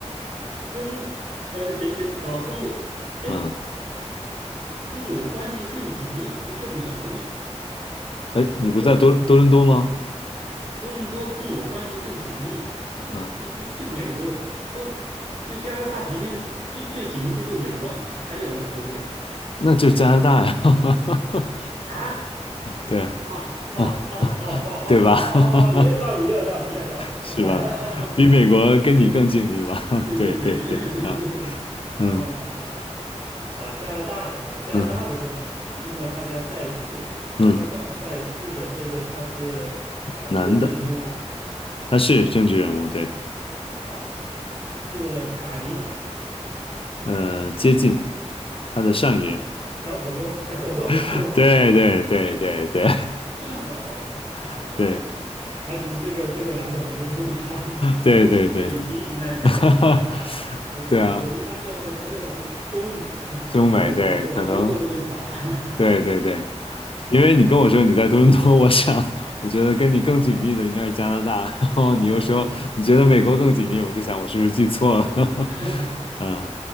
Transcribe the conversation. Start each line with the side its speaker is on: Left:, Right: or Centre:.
Right: 跟我，呃，等等，哦，跟我，哎，
Left: 嗯，
Right: 跟我关系更紧密，不就美国吗？
Left: 哎，
Right: 我加
Left: 你不在多多伦多吗？
Right: 多伦多跟我关系更紧密，那不不不就美国多，
Left: 嗯，
Right: 就加拿大旁边最最紧密的就美国啊，还还有哪个国家
Left: 那就是加拿大呀，<laughs>
Right: 啊？
Left: 对啊，
Right: 哦哦哦哦哦哦哦哦哦，
Left: 啊对吧？<laughs>
Right: 哦也有道理，也有道理，也有道理，
Left: 是吧？
Right: 也有道理。<laughs>
Left: 比美国跟你更紧密吧？
Right: 这个这对对对对对对对对，
Left: <laughs> 对对对，啊，嗯
Right: 哦哦哦哦哦，啊加拿大的啊，加拿大的这么，
Left: 嗯
Right: 那么他在在世，加拿大在世的这个他是啊政治人物吗？
Left: 嗯，男的，他是政治人物，对，
Right: 哦，是卡尼吗？
Left: 呃，接近他的上一任，
Right: 小土豆，小土豆，<laughs>
Left: <laughs> 对对对对对
Right: 哦哦哦哦，
Left: <laughs> 对
Right: 还行，这个这个难度还没有那么大，<laughs>
Left: 对对对。
Right: 因为幸亏你提醒了一下是加拿大的，
Left: <laughs> 哈哈，
Right: 呃，
Left: 对啊，
Right: 我一般都会猜到是中美，<laughs>
Left: 中美对，
Right: 然后不会往欧洲那边跑了。
Left: 可能
Right: <laughs>
Left: 对对对，因为你跟我说你在多伦多，我想我觉得跟你更紧密的应该是加拿大，
Right: 哦，
Left: 然后你又说你觉得美国更紧密，
Right: 哦，
Left: 我就想我是不是记错了？
Right: <laughs>
Left: <laughs> 嗯，